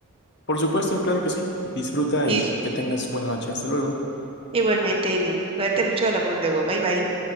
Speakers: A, on the left; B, on the right.
A: Por supuesto, claro que sí. Disfruta
B: Y
A: y que tengas buena noche. Hasta luego.
B: igualmente, Irving, cuídate mucho, hablamos luego. Bye, bye.